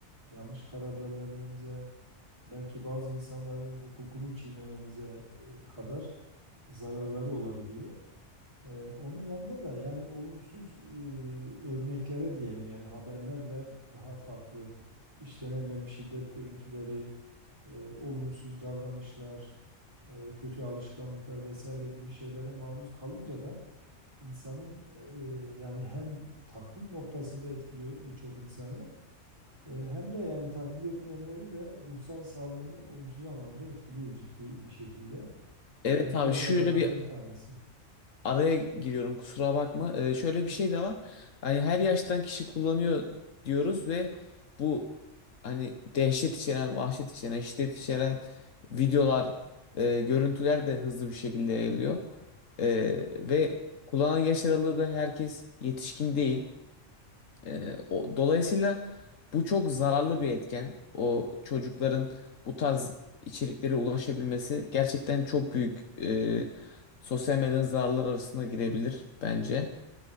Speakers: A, on the right (about 25°); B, on the left (about 85°).
A: yanlış kararlar vermemize, belki bazı insanların hukukunu çiğnememize e, kadar zararları olabiliyor. Ee, onun yanında da yani olumsuz e, örneklere diyelim yani haberler ve daha farklı işte ne bileyim şiddet görüntüleri, e, olumsuz davranışlar, e, kötü alışkanlıklar vesaire gibi şeylere maruz kalınca da insanın e, yani hem taklit noktasında etkiliyor birçok insanı e, hem de yani taklit etmeyenlerin de ruhsal sağlığını olumsuz anlamda etkiliyor ciddi bir şekilde.
B: Evet
A: E, bu
B: abi
A: da zararlarından
B: şöyle bir
A: bir tanesi.
B: araya giriyorum kusura bakma. Ee, şöyle
A: Hı hı.
B: bir şey de var. Hani her yaştan kişi kullanıyor diyoruz ve bu hani dehşet içeren, vahşet içeren, şiddet içeren videolar, e, görüntüler de hızlı bir şekilde yayılıyor. Ee, ve kullanan yaş aralığı da herkes yetişkin değil. Ee, o, dolayısıyla bu çok zararlı bir etken. O çocukların bu tarz içeriklere ulaşabilmesi gerçekten çok büyük e, sosyal medyanın zararlar arasında girebilir bence.